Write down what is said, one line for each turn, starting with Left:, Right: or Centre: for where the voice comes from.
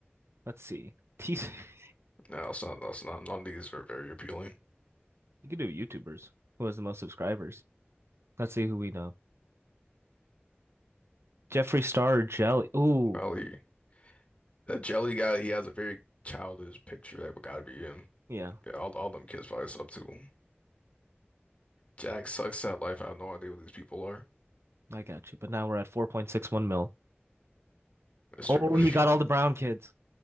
Right: let's see. <laughs>
Left: No, it's not, that's not, none of these are very appealing.
Right: You could do YouTubers. Who has the most subscribers? Let's see who we know. Jeffree Star or Jelly. Ooh,
Left: Probably that jelly guy, he has a very childish picture that would gotta be him.
Right: yeah,
Left: Yeah, all, all them kids probably up to him. Jack sucks at life. I have no idea what these people are.
Right: I got you. But now we're at 4.61 mil.
Left: That's
Right: Oh,
Left: true.
Right: he
Left: <laughs>
Right: got all the brown kids.